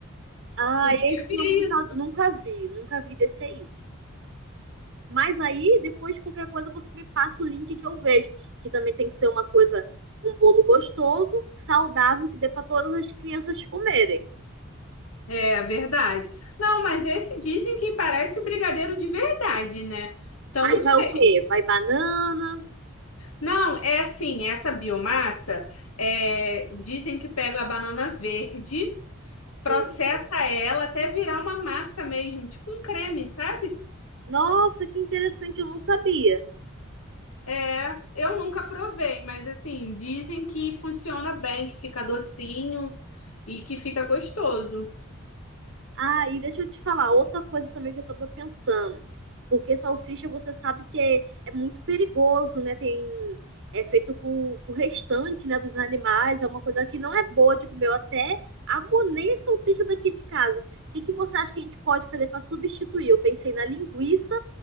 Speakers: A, on the right (about 60°); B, on the left (about 80°).
A: Ah,
B: Podia
A: esse
B: vir
A: eu nunca,
B: isso.
A: nunca vi, nunca vi desse aí. Mas aí, depois de qualquer coisa, você me passa o link que eu vejo. Que também tem que ser uma coisa, um bolo gostoso, saudável, que dê para todas as crianças comerem.
B: É verdade. Não, mas esse dizem que parece brigadeiro de verdade, né? Então
A: Aí
B: não
A: vai
B: sei.
A: o quê? Vai banana.
B: Não, é assim, essa biomassa, é, dizem que pega a banana verde, processa
A: Sim.
B: ela até virar uma massa mesmo, tipo um creme, sabe?
A: Nossa, que interessante, eu não sabia.
B: É, eu nunca provei, mas assim, dizem que funciona bem, que fica docinho e que fica gostoso.
A: Ah, e deixa eu te falar, outra coisa também que eu tava pensando. Porque salsicha você sabe que é, é muito perigoso, né? Tem, é feito com, com o restante, né, dos animais, é uma coisa que não é boa de comer. Eu até abonei a salsicha daqui de casa. O que que você acha que a gente pode fazer para substituir? Eu pensei na linguiça